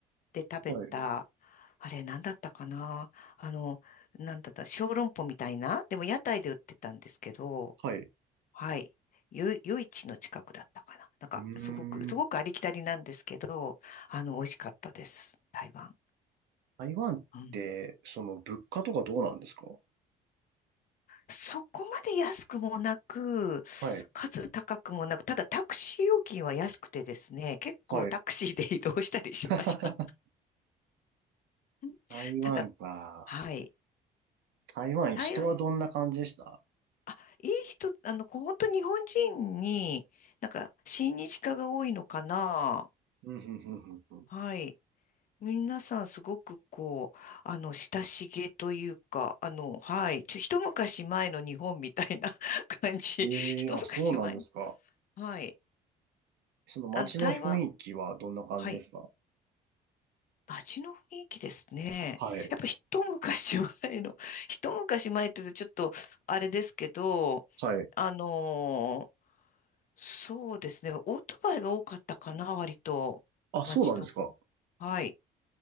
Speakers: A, on the left; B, on the right.
A: で食べた、
B: はい。
A: あれ何だったかなあの、なんだった、小籠包みたいなでも屋台で売ってたんですけど、
B: はい。
A: はい。よ、夜市の近くだったかな。なんか、
B: うーん。
A: すごく、すごくありきたりなんですけど、あの、美味しかったです。台湾。
B: 台湾って、
A: うん。
B: その物価とかどうなんですか
A: そこまで安くもなく、
B: はい。
A: かつ高くもなく、ただタクシー料金は安くてですね、結構タクシーで移動したりしました。
B: はい。<laughs>
A: うんただ、
B: 台湾か。
A: はい。
B: 台湾、
A: 台湾、
B: 人はどんな感じでした
A: あ、いい人、あの、こう本当日本人に、なんか、親日家が多いのかな。
B: うん、ふん、ふん、ふん、ふん。
A: はい。皆さんすごくこう、あの、親しげというか、あの、はい、ちょ、一昔前の日本みたいな <laughs> 感じ。
B: ええーあ、
A: 一昔前。
B: そうなんですか。
A: はい。
B: その街の雰囲気はどんな感じですか
A: あの、台湾。はい。街の雰囲気ですね。
B: はい。
A: やっぱ一昔前の、一昔前って言うとちょっと、あれですけど、
B: はい。
A: あのーそうですね。オートバイが多かったかな、割と。
B: あ、
A: 街の。
B: そうなんですか。
A: はい。